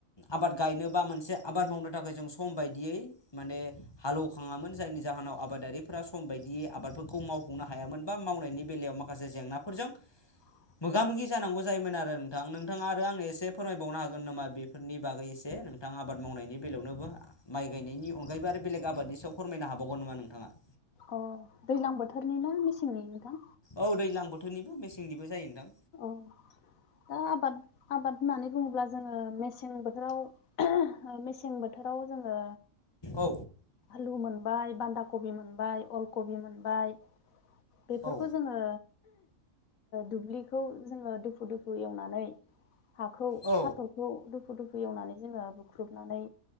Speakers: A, on the left (about 20°); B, on the left (about 75°).
A: आबाद गायनो बा मोनसे आबाद मावनो थाखाय जों सम बायदियै माने हालौवखा खाङामोन जायनि जाहोनाव आबादारिफोरा सम बायदियै आबादफोरखौ मावफुंनो हायामोन बा मावनायनि बेलायाव माखासे जेंनाफोरजों
B: <inaudible>
A: मोगा मोगि जानांगौ जायोमोन आरो नोंथां नोंथाङा आरो आं एसे फोरमायबावनो हागोन नामा बेफोरनि बागै एसे नोंथाङा आबाद मावनायनि बेलायावनोबो माइ गायनायनि अनगायबो आरो बेलेग आबादनि सायाव फोरमायनो हाबावगौन नामा नोंथाङा?
B: अ दैज्लां बोथोरनि ना मेसिंनि नोंथां?
A: औ दैज्लां बोथोरनिबो मेसेंनिबो जायो नोंथां।
B: औ दा आबाद आबाद होननानै बुङोब्ला जोङो मेसें बो थोराव मेसें बोथोराव जोङो
A: औ
B: आलु मोनबाय बान्दा कबि मोनबाय अल कबि मोनबाय बेफोरखौ
A: औ
B: जोङो दुब्लिखौ जोङो दोफु दोफु एवनानै हाखौ
A: औ
B: हाथरखौ दुफु दुफु एवनानै जोङो बुख्रुबनानै